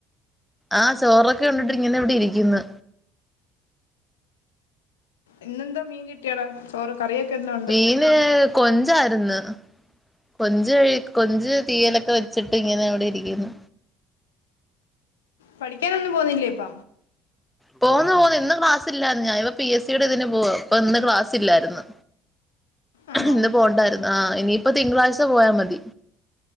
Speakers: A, in the centre; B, on the left.
A: ആ ചോറൊക്കെ ഉണ്ടിട്ട ഇങ്ങനെ എവിടെ ഇരിക്കുന്നു
B: ഇന്നെന്താ മീൻ കിട്ടിയാടാ ചോറ് കറിയൊക്കെ എന്തോ ഉണ്ട്
A: മീന് കൊച്ഞ്ച് ആരുന്നു കൊഞ്ച്ഴി കൊഞ്ച് തീയലൊക്കെ വെച്ചിട്ട് ഇങ്ങനെ അവിടെ ഇരിക്കുന്നു
B: പഠിക്കാനൊന്നും പോന്നില്ലേ ഇപ്പ
A: പോന്നു പോന്നു ഇന്ന് ക്ലാസ് ഇല്ലായിരുന്നു ഞാന ഇപ്പ പി എസ് സിയുടെ ഇതിന് പോ അപ്പ ഇന്ന് ക്ലാസ് ഇല്ലായിരുന്നു
B: ആന്നോ
A: ഇന്ന് പോണ്ടായിരുന്നു ആ ഇനി- ഇപ്പൊ തിങ്കളാഴ്ച പോയാ മതി